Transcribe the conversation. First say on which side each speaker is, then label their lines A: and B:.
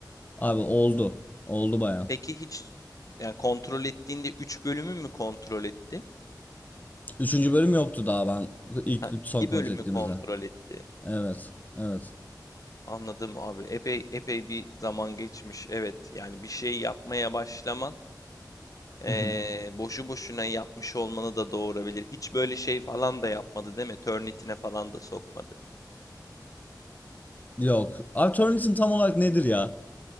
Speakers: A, on the left; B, on the left.
A: Abi oldu. Oldu bayağı.
B: Peki hiç yani kontrol ettiğinde 3 bölümü mü kontrol etti?
A: Üçüncü bölüm yoktu daha ben ilk
B: Ha,
A: son
B: 2
A: kontrol
B: bölümü
A: ettiğimizde.
B: kontrol etti.
A: Evet. Evet.
B: Anladım abi. Epey epey bir zaman geçmiş. Evet, yani bir şey yapmaya başlaman eee,
A: Hı hı.
B: boşu boşuna yapmış olmanı da doğurabilir. Hiç böyle şey falan da yapmadı değil mi? Turnitin'e falan da sokmadı.
A: Yok. Abi Turnitin tam olarak nedir ya?